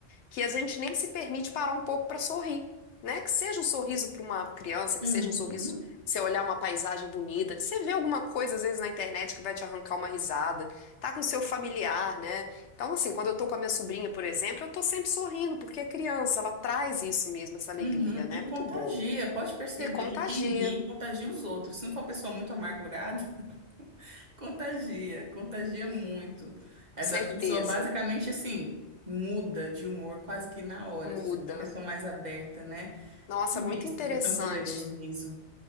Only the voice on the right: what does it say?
Uhum.
Uhum,
E
contagia,
pode perceber
que quem ri contagia os outros. Se não for uma pessoa muito amargurada, <laughs> contagia, contagia muito. Essa
pessoa basicamente assim muda de humor quase que na hora, se
for uma pessoa mais aberta, né?
Por
isso
que é tão poderoso o riso.